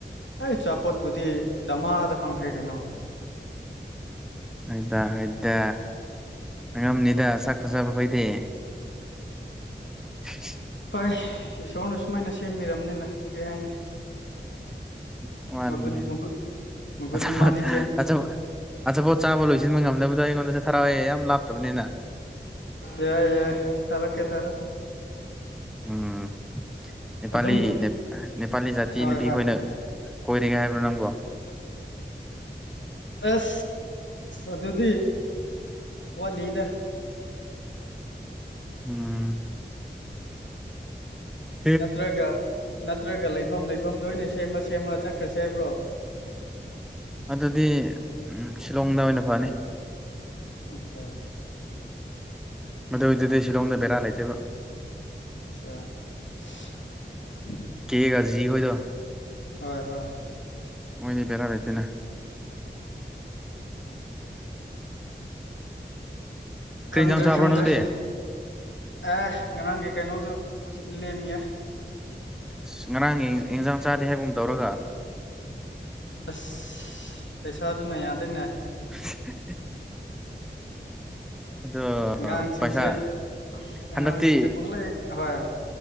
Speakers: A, on the left; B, in the centre.
A: ꯑꯩ ꯆꯥꯄꯣꯠꯄꯨꯗꯤ ꯗꯃꯥꯗ ꯐꯪꯈ꯭ꯔꯦ ꯀꯩꯅꯣ꯫
B: ꯍꯣꯏꯗꯥ ꯍꯣꯏꯗꯥ ꯐꯪꯉꯝꯅꯤꯗꯥ ꯁꯛ ꯐꯖꯕ ꯈꯣꯏꯗꯤ꯫ <inaudible>
A: ꯍꯣꯏ ꯏꯁꯣꯔꯅ ꯁꯨꯃꯥꯏꯅ ꯁꯦꯝꯕꯤꯔꯝꯅꯤꯅ ꯀꯔꯤ ꯍꯥꯏꯅꯤ꯫
B: ꯋꯥꯅꯤꯅꯦ
A: ꯃꯒꯨꯟ ꯃꯒꯨ ꯃꯒꯨꯟ
B: ꯑꯆꯥꯄꯣꯠ
A: ꯃꯥꯗꯤ ꯆꯦꯟ
B: ꯑꯆꯥꯄꯣꯠ ꯑꯆꯥꯄꯣꯠ ꯆꯥꯕ ꯂꯣꯏꯁꯤꯟꯕ ꯉꯝꯗꯕꯗꯣ ꯑꯩꯉꯣꯟꯗꯖꯨ ꯊꯔꯛꯑꯣ ꯌꯦ ꯌꯥꯝ ꯂꯞꯇꯕꯅꯤꯅ꯫
A: ꯌꯥꯏ ꯌꯥꯏ ꯊꯔꯛꯀꯦ ꯊꯔꯛ
B: ꯎꯝ ꯅꯦꯄꯥꯂꯤ
A: ꯑꯗꯨꯝ
B: ꯅꯦꯞ ꯅꯦꯄꯥꯂꯤ ꯖꯥꯇꯤ
A: ꯍꯣꯏ
B: ꯅꯨꯄꯤꯈꯣꯏꯅ
A: ꯍꯣꯏ
B: ꯀꯣꯏꯔꯤꯒꯦ ꯍꯥꯏꯕ꯭ꯔ ꯅꯪꯕꯣ
A: ꯑꯁ ꯑꯗꯨꯗꯤ ꯋꯥꯠꯂꯤꯗ
B: ꯎꯝ <unintelligible>
A: ꯅꯠꯇ꯭ꯔꯒ ꯅꯠꯇ꯭ꯔꯒ ꯂꯩꯐꯝ ꯂꯩꯐꯝꯗ ꯑꯣꯏꯅ ꯁꯦꯝꯃ ꯁꯦꯝꯃ ꯆꯠꯈ꯭ꯔꯁꯦ ꯍꯥꯏꯕ꯭ꯔꯣ
B: ꯑꯗꯨꯗꯤ ꯎꯝ ꯁꯤꯂꯣꯡꯗ ꯑꯣꯏꯅ ꯐꯅꯤ
A: ꯑꯠꯆꯥ
B: ꯃꯗꯨ ꯑꯣꯏꯗꯨꯗꯤ ꯁꯤꯂꯣꯡꯗ ꯕꯦꯔꯥ ꯂꯩꯇꯦꯕ
A: ꯑꯠꯆꯥ <unintelligible>
B: ꯀꯦꯒꯖꯤ ꯍꯣꯏꯗꯣ
A: ꯍꯣꯏ ꯍꯣꯏ
B: ꯃꯣꯏꯗꯤ ꯕꯦꯔꯥꯏ ꯂꯩꯇꯦꯅꯦ ꯀꯔꯤ
A: ꯈꯪꯗ꯭ꯔꯦ
B: ꯏꯟꯖꯥꯡ ꯆꯥꯕ꯭ꯔꯣ
A: ꯈꯪꯗ꯭ꯔꯦ
B: ꯅꯪꯗꯤ
A: ꯑꯦ ꯉꯔꯥꯡꯒꯤ ꯀꯩꯅꯣꯗꯨ ꯂꯦꯝꯃꯤꯌꯦ
B: ꯑꯁ ꯉꯔꯥꯡꯒꯤ ꯏꯟꯖꯥꯡ ꯆꯥꯗꯦ ꯍꯥꯏꯕꯒꯨꯝ ꯇꯧꯔꯒ
A: ꯑꯁ ꯄꯩꯁꯥꯗꯨꯅ ꯌꯥꯗꯦꯅꯦ
B: <unintelligible> ꯑꯗꯣ
A: ꯑꯉꯥꯡꯁꯤꯡꯁꯦ
B: ꯄꯩꯁꯥ
A: ꯑꯉꯥꯡꯁꯤꯡꯁꯦ
B: ꯍꯟꯗꯛꯇꯤ
A: ꯄꯪꯂꯩ ꯍꯣꯏ